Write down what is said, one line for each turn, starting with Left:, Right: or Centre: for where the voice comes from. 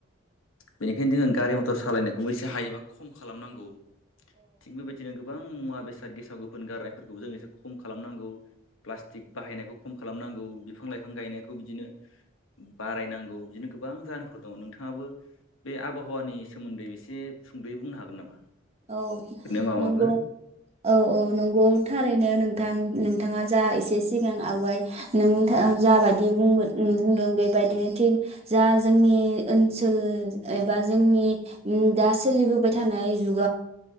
Left: बेनिखायनो जोंङो गारि मथर सालायनायखौबो एसे हायोबा खम खालामनांगौ थिग बेबायदिनो गोबां मुवा बेसाद गेसाव गोफोन गारनायफोरखौबो जों एसे खम खालामनांगौ प्लास्टिक बाहायनायखौ खम खालाम नांगौ बिफां लाइफां गायनायखौ बिदिनो बारायनांगौ बि- गोबां जाहोनफोर दङ नोंथाङाबो बे आबहावानि सोमोन्दै एसे सुंदयै बुंनो हागोन नामा?
Right: औ
Left: ओरैनो माबाफोर
Right: नंगौ औ औ नंगौ थारैनो नोंथां नोंथाङा जा एसे सिगां आवगाय नोंथा जा बायदि बुंगोन। बुंदों बेबायदिनो थिग जा जोंनि ओनसोल एबा जोंनि दा सोलिबोबाय थानाय जुग